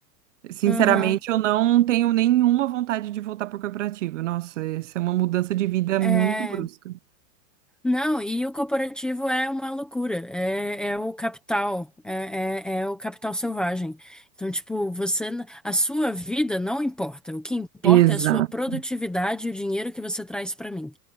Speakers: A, on the right; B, in the centre.
A: Sinceramente,
B: Uhum.
A: eu não tenho nenhuma vontade de voltar para o corporativo. Nossa, essa é uma mudança de vida
B: É.
A: muito brusca.
B: Não, e o corporativo é uma loucura, é, é o capital, é, é, é o capital selvagem. Então, tipo, você, n- a sua vida não importa, o que importa
A: Exato.
B: é a sua produtividade e o dinheiro que você traz para mim.